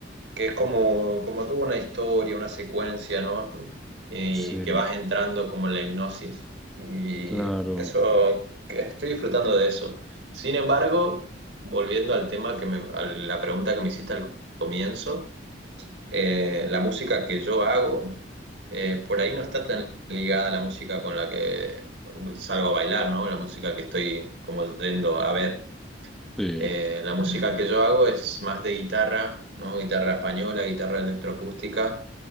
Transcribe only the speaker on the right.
que es como, como tuvo una historia, una secuencia, ¿no? Y
que vas entrando como en la hipnosis. Y
eso, que estoy disfrutando de eso. Sin embargo, volviendo al tema que me, a la pregunta que me hiciste al comienzo, eh, la música que yo hago, eh, por ahí no está tan ligada a la música con la que salgo a bailar, ¿no? La música que estoy como yendo a ver.
Eh, la música que yo hago es más de guitarra, ¿no? Guitarra española, guitarra electroacústica